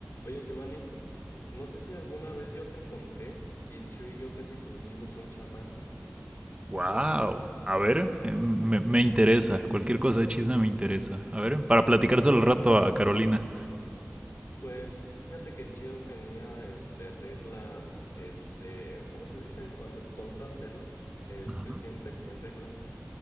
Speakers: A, on the left (about 70°); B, on the right (about 25°).
A: Oye, Giovanni, no sé si alguna vez yo te conté que Chu y yo casi tuvimos un chamaco.
B: Wow. A ver, eh, me, me interesa. Cualquier cosa de chisme me interesa. A ver, para platicárselo al rato a Carolina.
A: Pues fíjate que Chio tenía este regla, este, ¿cómo se dice? Cuando constante, ¿no? Este,
B: Ajá.
A: siempre en regla.